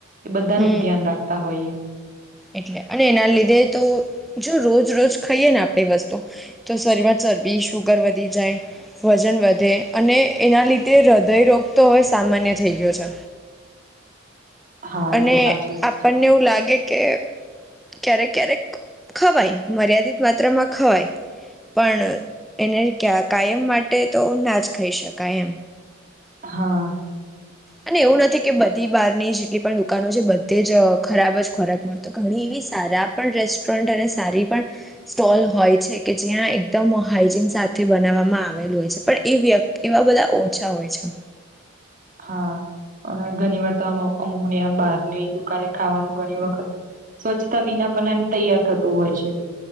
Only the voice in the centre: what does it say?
હમ
એટલે અને એના લીધે તો જો રોજ રોજ ખાઈએ ને આપણે વસ્તુ તો શરીરમાં ચરબી સુુગર વધી જાય વજન વધે અને એના લીધે હૃદયરોગ તો હવે સામાન્ય થઈ ગયો છે.
અને
આપણને
એવું લાગે કે ક્યારેક ક્યારેક ખવાય મર્યાદિત માત્રામાં ખવાય પણ એને ક્યા કાયમ માટે તો ના જ ખાઈ શકાય એમ
અને એવું નથી કે બધી બારની જેટલી પણ દુકાનો છે, બધે જ ખરાબ જ ખોરાક મળ તો ઘણી એવી સારા પણ રેસ્ટોરન્ટ અને સારી પણ સ્ટોલ હોય છે, કે જ્યાં એકદમ હાઈજીન સાથે બનાવવામાં આવેલું હોય છે, પણ એ વ્યક્તિ એવા બધા ઓછા હોય છે.